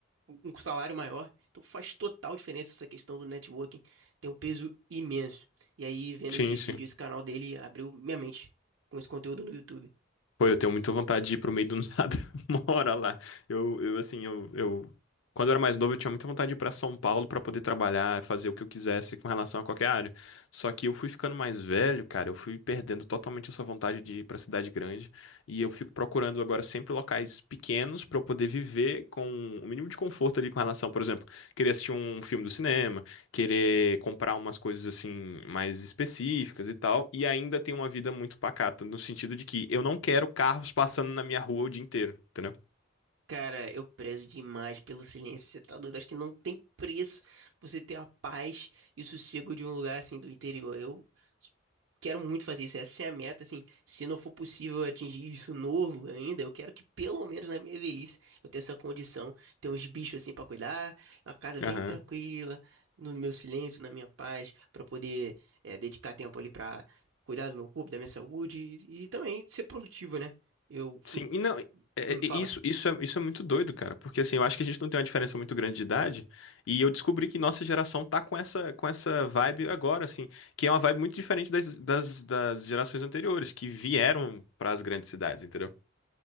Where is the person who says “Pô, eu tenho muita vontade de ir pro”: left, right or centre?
Left